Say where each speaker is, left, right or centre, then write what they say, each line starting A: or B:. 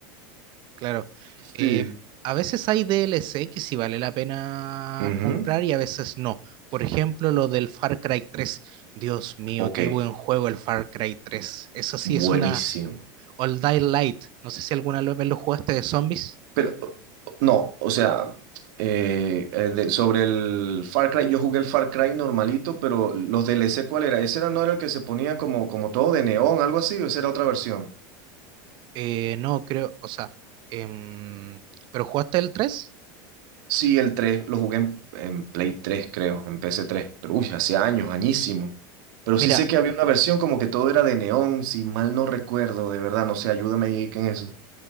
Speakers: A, on the right; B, on the right.
A: claro. Eh,
B: Sí.
A: a veces hay DLC que sí vale la pena
B: Ujú.
A: comprar y a veces no. Por ejemplo, lo del Far Cry tres Dios mío,
B: Ok,
A: qué buen juego el Far Cry tres Eso sí
B: buenísimo.
A: es una All Die Light. No sé si alguna vez lo jugaste de zombies.
B: Pero, no, o sea, eh, eh, de- sobre el Far Cry, yo jugué el Far Cry normalito, pero los DLC, ¿cuál era? Ese era, no era el que se ponía como, como todo de neón, algo así, o esa era otra versión.
A: Eh, no, creo, o sea, em, ¿pero jugaste el tres.
B: Sí, el 3 lo jugué en, en Play 3 creo, en pc tres pero uy, hace años, añísimo. Pero
A: Mira,
B: sí sé que había una versión como que todo era de neón, si mal no recuerdo, de verdad, no sé, ayúdame ahí en eso.